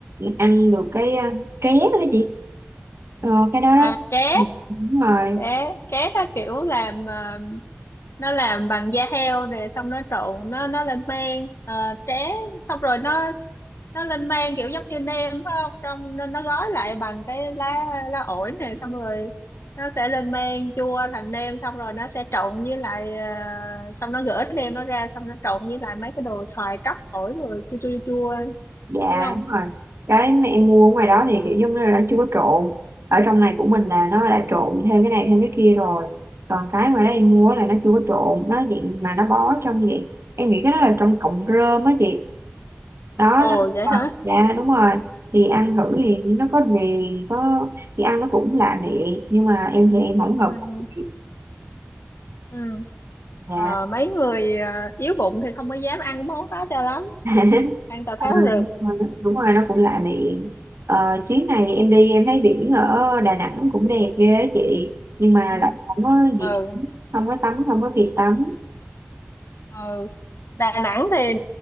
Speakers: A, on the right; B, on the left.
A: ăn được cái ờ, tré đó chị ờ, cái đó đó
B: à ké
A: Ừ, đúng rồi
B: ké ké nó kiểu làm ờ, nó làm bằng da heo nè xong nó trộn nó nó lên men uh, tré xong rồi nó nó lên men kiểu giống như nem phải không trong nên nó gói lại bằng cái lá lá ổi nè xong rồi nó sẽ lên men chua thành nem xong rồi nó sẽ trộn với lại ờ, xong nó gỡ nem nó ra xong nó trộn với lại mấy cái đồ xoài cắp ổi rồi chua chua chua
A: Dạ
B: đúng không
A: đúng rồi Cái mà em mua ở ngoài đó thì kiểu giống như là nó chưa có trộn Ở trong này của mình là nó đã trộn thêm cái này thêm cái kia rồi Còn cái ngoài đó em mua là nó chưa có trộn Nó dạng mà nó bó trong vậy Em nghĩ cái đó là trong cọng rơm á chị Đó
B: ồ
A: nó
B: vậy
A: Ờ,
B: hả
A: Dạ đúng
B: ồ
A: rồi Thì ăn thử thì nó có viền có Thì ăn nó cũng lạ miệng Nhưng mà em thì em không hợp
B: ừ. ừ.
A: khẩu vị.
B: ừ.
A: Dạ
B: Ờ, mấy người ờ, yếu bụng thì không có dám ăn cái món đó cho lắm
A: <laughs>
B: ăn tào tháo
A: Ờ,
B: rực
A: đúng rồi nó cũng lạ miệng Ờ, chuyến này em đi em thấy biển ở Đà Nẵng cũng đẹp ghê á chị nhưng mà
B: <laughs>
A: lại không có dịp
B: ừ
A: không có tắm không có kịp tắm
B: Ờ, Đà Nẵng thì